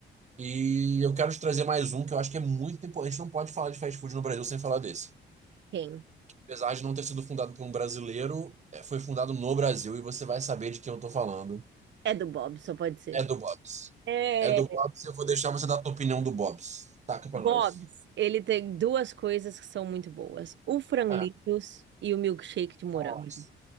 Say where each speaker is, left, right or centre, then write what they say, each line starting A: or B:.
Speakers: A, on the right (about 35°); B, on the right (about 65°).
A: E eu quero te trazer mais um que eu acho que é muito importante. A gente não pode falar de fast food no Brasil sem falar desse.
B: Quem?
A: Apesar de não ter sido fundado por um brasileiro, é, foi fundado no Brasil e você vai saber de quem eu tô falando.
B: É do Bob, só pode ser.
A: É do Bob's.
B: É.
A: É do Bob's, eu vou deixar você dar a tua opinião do Bob's. Taca pra
B: Bob's,
A: nós.
B: ele tem duas coisas que são muito boas: o franlitos
A: <laughs> Ah,
B: e o milkshake de morango.
A: Nossa.